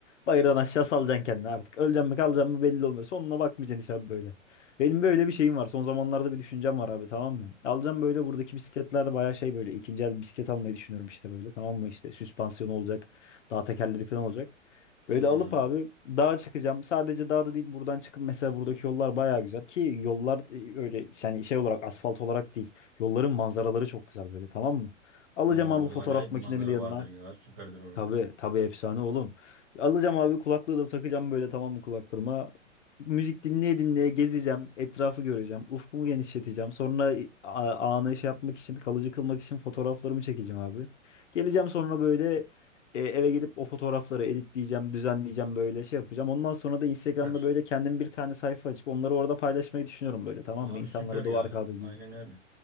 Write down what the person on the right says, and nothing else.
hmm.
Oo,
orada
acayip
bir manzara
vardır ya. Süperdir orası.
Süper.
Abi
süper ya.
Aynen öyle.